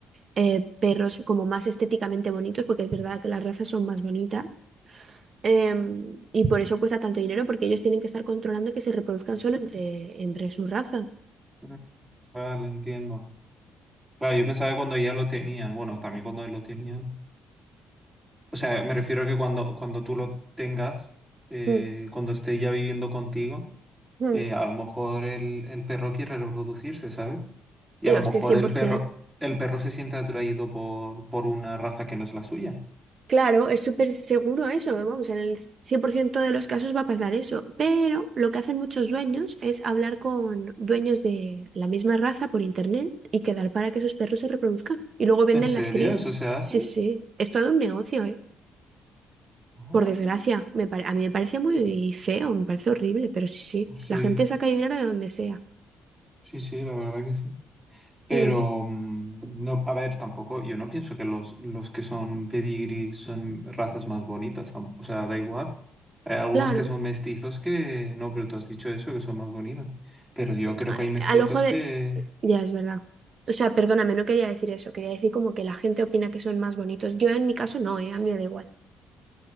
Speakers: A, on the right; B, on the right.
A: eh, perros como más estéticamente bonitos, porque es verdad que las razas son más bonitas, em, y por eso cuesta tanto dinero, porque ellos tienen que estar controlando que se reproduzcan solo entre, entre su raza.
B: Mm. Vale, entiendo. Claro, yo pensaba que cuando ya lo tenían, bueno, también cuando lo tenían. O sea, me refiero a que cuando, cuando tú lo tengas, eh,
A: Mm,
B: cuando esté ya viviendo contigo.
A: mm.
B: eh, a lo mejor el, el perro quiere reproducirse, ¿sabes? Y
A: Yo,
B: a lo mejor
A: sí, 100%.
B: el perro, el perro se siente atraído por, por una raza que no es la suya.
A: Claro, es súper seguro eso, ¿eh? vamos, en el 100% de los casos va a pasar eso, pero lo que hacen muchos dueños es hablar con dueños de la misma raza por internet y quedar para que sus perros se reproduzcan y luego venden
B: ¿En serio?
A: las crías.
B: ¿Eso se hace?
A: Sí, sí, es todo un negocio, ¿eh?
B: Oh,
A: Por desgracia, me pare- a mí me parece muy feo, me parece horrible, pero sí, sí,
B: sí,
A: la gente saca dinero de donde sea.
B: sí, sí, la verdad que sí. Pero,
A: Mm,
B: mm, no, a ver, tampoco, yo no pienso que los, los que son pedigrí son razas más bonitas, tam- o sea, da igual. Hay algunos
A: claro,
B: que son mestizos que, no, pero tú has dicho eso, que son más bonitas. Pero yo creo
A: a-
B: que hay mestizos
A: al ojo de...
B: que,
A: Ya es verdad. O sea, perdóname, no quería decir eso, quería decir como que la gente opina que son más bonitos. Yo en mi caso no, ¿eh? A mí me da igual.